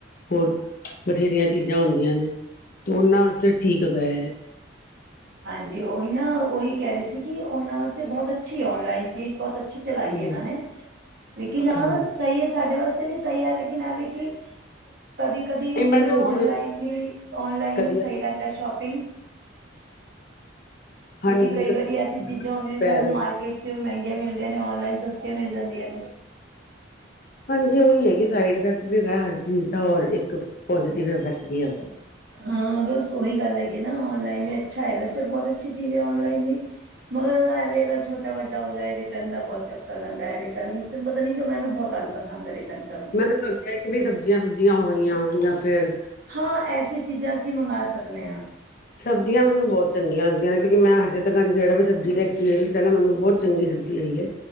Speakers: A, on the left; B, on the right.
A: ਹੋਰ ਬਥੇਰੀਆਂ ਚੀਜ਼ਾਂ ਹੁੰਦੀਆਂ ਨੇ ਤੇ ਉਹਨਾਂ ਵਾਸਤੇ ਠੀਕ ਹੈ
B: ਹਾਂਜੀ ਉਹੀ ਨਾ ਉਹੀ ਕਹਿ ਰਹੇ ਸੀ ਕਿ ਉਹਨਾਂ ਵਾਸਤੇ ਬਹੁਤ ਅੱਛੀ ਔਨਲਾਈਨ ਚੀਜ਼ ਬਹੁਤ ਅੱਛੀ ਅੱਛੀ ਚਲਾਈ
A: ਹਮ
B: ਇਹਨਾਂ ਨੇ ਲੇਕਿਨ ਹਾਂ
A: ਹਾਂਜੀ
B: ਸਹੀ ਹੈ ਸਾਡੇ ਵਾਸਤੇ ਵੀ ਸਹੀ ਹੈ ਲੇਕਿਨ ਐਵੇਂ ਕਿ ਕਦੀ -ਕਦੀ
A: ਐਮਰਜੈਂਸੀ
B: ਚਲੋ ਔਨਲਾਈਨ
A: ਦੇ
B: ਵੀ- ਔਨਲਾਈਨ
A: ਕਦੀ
B: ਵੀ ਸਹੀ ਰਹਿੰਦਾ ਸ਼ੋਪਿੰਗ
A: ਹਾਂਜੀ
B: ਕਿਉਂਕਿ ਕਈ
A: ਕਦੀ
B: ਵਾਰੀ ਐਸੀ ਚੀਜ਼ਾਂ ਹੁੰਦੀਆਂ ਨੇ
A: ਪੈ
B: ਸਾਨੂੰ
A: ਗਈ
B: ਮਾਰਕੀਟ ਚ ਮਹਿੰਗੀਆਂ ਮਿਲਦੀਆਂ ਨੇ ਔਨਲਾਈਨ ਸਤਸਤੀਆ ਮਿਲ ਜਾਂਦੀਆਂ ਨੇ
A: ਹਾਂਜੀ ਉਹੀ ਹੈਗੀ ਸਾਈਡ ਇਫੈਕਟ ਵੀ ਹੈਗਾ ਹਰ ਚੀਜ਼ ਦਾ ਔਰ ਇੱਕ ਪੋਜੀਟਿਵ ਇਫੈਕਟ ਵੀ ਹੈਗਾ
B: ਹਾਂ ਬਸ ਉਹੀ ਗੱਲ ਹੈਗੀ ਆ ਨਾ ਔਨਲਾਈਨ ਵੀ ਅੱਛਾ ਹੈ ਵੈਸੇ ਬਹੁਤ ਅੱਛੀ ਚੀਜ਼ ਹੈ ਔਨਲਾਈਨ ਵੀ ਮਗਰ ਉਹਦਾ ਹੈ ਵੀ ਅਗਰ ਛੋਟਾ ਵੱਡਾ ਹੋ ਜਾਵੇ ਰਿਟਰਨ ਦਾ ਬਹੁਤ ਚਕਰ ਕਰਨ ਦਾ ਰਿਟਰਨ ਚ ਪਤਾ ਕਿਂ ਮੈਨੂੰ ਬਹੁਤ ਅਲ ਪਸੰਦ ਹੈ ਰਿਟਰਨ ਕਰਨ
A: ਮੈਨੂੰ
B: ਚ
A: ਲੱਗਦਾ ਕਿ ਵੀ ਸਬਜ਼ੀਆਂ- ਸੁਬਜੀਆਂ ਹੋਈਆਂ ਜਾਂ ਫ਼ਿਰ
B: ਹਾਂ ਐਸੀੇ ਚੀਜ਼ਾਂ ਅਸੀਂ ਮੰਗਵਾ ਸਕਦੇ ਹਾਂ
A: ਸਬਜ਼ੀਆਂ ਮੈਨੂੰ ਬਹੁਤ ਚੰਗੀਆ ਲੱਗਦੀ ਨੇ ਕਿਉਂਕਿ ਮੈਂ ਹਜੇ ਤੱਕ ਜਿਹੜੇ ਵੀ ਸਬਜ਼ੀ ਐਕਸਪੀਰੀਅਸ ਹੈ ਨਾ ਮਨ ਬਹੁਤ ਚੰਗੀ ਸਬਜ਼ੀ ਆਈ ਏ